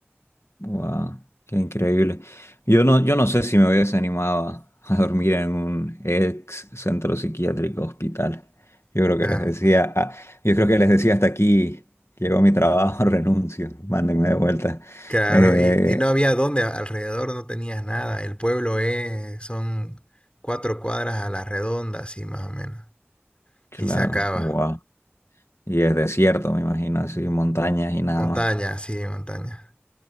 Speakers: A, on the left; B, on the left.
A: Wow, qué increíble. Yo no, yo no sé si me hubiese animado a, a dormir en un ex centro psiquiátrico hospital. Yo creo que
B: Ah,
A: les decía, ah, yo creo que les decía hasta aquí llegó mi trabajo, <laughs> renuncio, mándenme de vuelta.
B: Claro,
A: Eh,
B: y, y no había dónde, a- alrededor no tenías nada. El pueblo es, son cuatro cuadras a la redonda, así más o menos.
A: claro,
B: Y se acaba.
A: wow. Y es desierto, me imagino, así, montañas y nada
B: Montaña,
A: más.
B: sí, montaña.